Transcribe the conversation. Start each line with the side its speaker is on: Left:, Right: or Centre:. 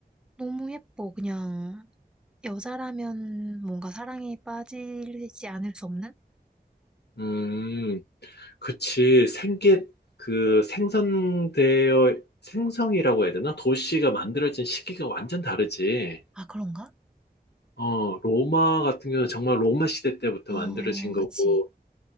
Centre: 너무 예뻐, 그냥. 여자라면 뭔가 사랑에 빠지지 않을 수 없는?
Left: 음. 그치, 생계, 그 생성되어, 생성이라고 해야 되나? 도시가 만들어진 시기가 완전 다르지.
Centre: 아, 그런가?
Left: 어, 로마 같은 경우는 정말 로마 시대 때부터
Centre: 어,
Left: 만들어진 거고,
Centre: 그치.